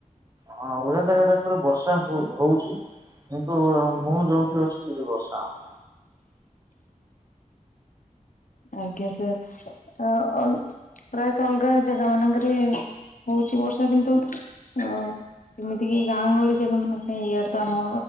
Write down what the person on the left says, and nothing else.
ଆଉ
ଆଜ୍ଞା ସାର୍ ପ୍ରାୟତଃ ଅଲଗା ଜାଗା ମାନଙ୍କରେ ହଉଛି ବର୍ଷା କିନ୍ତୁ ଅ ଯେମିତି କିି ଗାଁ ଗହଳି ଜାଗା ମାନଙ୍କ ପାଇଁ ଇଆଡେ ତ ଆମ